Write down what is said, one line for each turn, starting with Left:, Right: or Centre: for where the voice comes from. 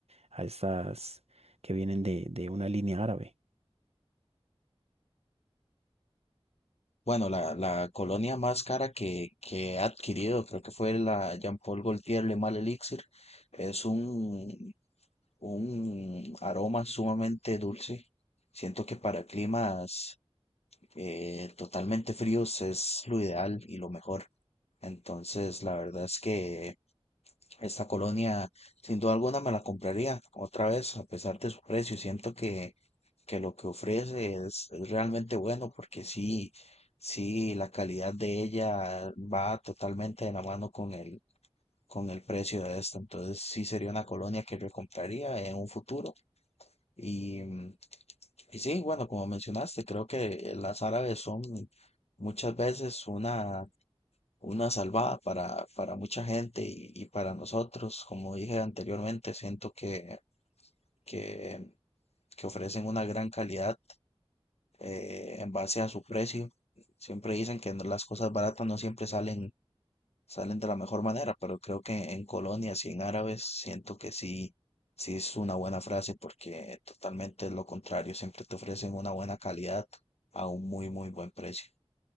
Right: a estas que vienen de, de una línea árabe.
Left: Bueno, la, la colonia más cara que, que he adquirido, creo que fue la Jean-Paul Gaultier Le Mal Elixir. Es un, un aroma sumamente dulce. Siento que para climas eh, totalmente fríos es lo ideal y lo mejor. Entonces, la verdad es que esta colonia, sin duda alguna, me la compraría otra vez, a pesar de su precio. Siento que, que lo que ofrece es, es realmente bueno, porque sí, sí, la calidad de ella va totalmente de la mano con el, con el precio de esta. Entonces, sí sería una colonia que recompraría en un futuro. Y, mm, y sí, bueno, como mencionaste, creo que las árabes son muchas veces una una salvada para, para mucha gente y, y para nosotros. Como dije anteriormente, siento que, que, que ofrecen una gran calidad eh, en base a su precio. Siempre dicen que no- las cosas baratas no siempre salen, salen de la mejor manera, pero creo que en colonias y en árabes siento que sí, sí es una buena frase porque totalmente es lo contrario, siempre te ofrecen una buena calidad a un muy, muy buen precio.